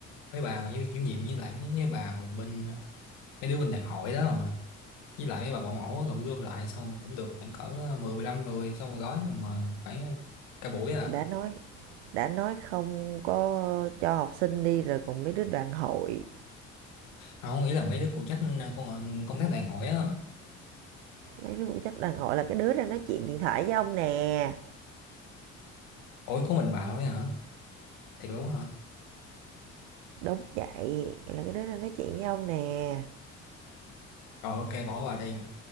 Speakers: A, on the left; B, on the right.
A: mấy bà mà với chủ nhiệm với lại mấy cái bà mà bên mấy đứa bên đàn hội đó mà với lại bà bảo mẫu á, gom gom lại xong cũng được khoảng cỡ mười mười lăm người xong rồi gói mà phải cả buổi à
B: đã nói đã nói không có cho học sinh đi rồi còn mấy đứa đoàn hội
A: Mà không nghĩ là mấy đứa phụ trách ờ, công ờ, công tác đàn hội á
B: mấy đứa phụ trách đoàn hội là cái đứa ra nói chuyện điện thoại với ông nè
A: ủa có mình bà thôi hả thiệt luôn hả
B: đúng vậy là cái đứa ra nói chuyện với ông nè
A: rồi ok bỏ qua đi